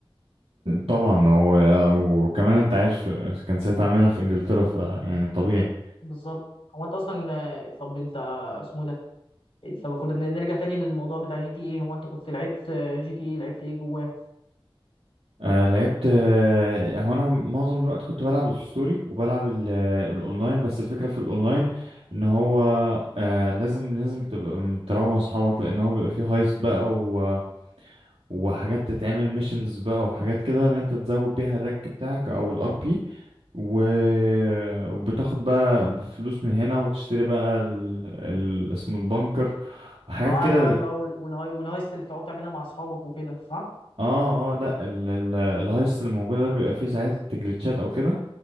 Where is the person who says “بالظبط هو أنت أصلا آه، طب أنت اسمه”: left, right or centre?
Left